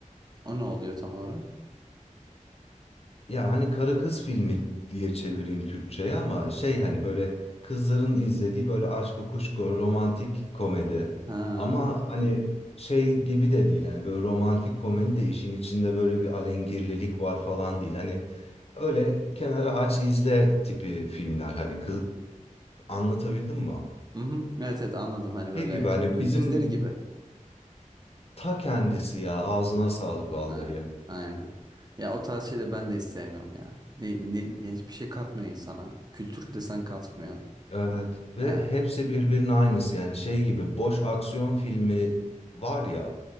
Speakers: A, on the right; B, on the left.
A: O ne oluyor tam olarak?
B: Ya hani karı kız filmi diye çevireyim Türkçe'ye ama şey hani böyle kızların izlediği böyle aşko kuşko romantik komedi.
A: Ha.
B: Ama hani şey gibi de değil hani böyle romantik komedi de işin içinde böyle bir alengirlilik var falan değil. Hani öyle kenara aç izle tipi filmler hani kız anlatabildim mi?
A: Hı hı. Evet evet anladım hani böyle
B: Şey gibi hani
A: Türk
B: bizim
A: dizileri gibi.
B: ta kendisi ya ağzına
A: Ha,
B: sağlık vallahi.
A: Aynen. Aynen. Ya o tarz şeyleri ben de istemiyorum ya. Ne, ne, yani hiçbir şey katmıyor insana. Kültür desen katmıyor.
B: Evet ve
A: He.
B: hepsi birbirinin aynısı yani şey gibi boş aksiyon filmi var ya